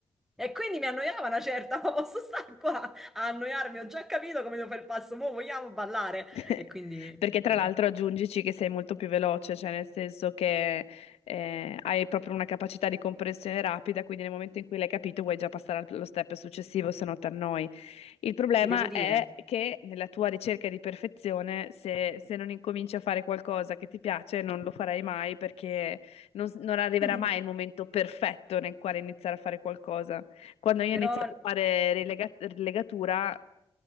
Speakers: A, in the centre; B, on the left (about 85°).
A: E quindi mi annoiava una certa, ma posso stare qua a annoiarmi, ho già capito come devo fare il passo, mo vogliamo ballare.
B: <laughs>
A: E quindi
B: Perché tra
A: eh,
B: l'altro aggiungici che sei molto più veloce, cioè nel senso che eh, hai proprio una capacità di comprensione rapida, quindi nel momento in cui l'hai capito vuoi già passare al- allo step successivo, se no ti annoi. Il problema
A: ti devo dire.
B: è che nella tua ricerca di perfezione, se, se non incominci a fare qualcosa che ti piace, non lo farai mai perché non, s- non arriverà
A: <laughs>
B: mai il momento perfetto nel quale iniziare a fare qualcosa. Quando io
A: Però
B: ho iniziato a fare rilega- rilegatura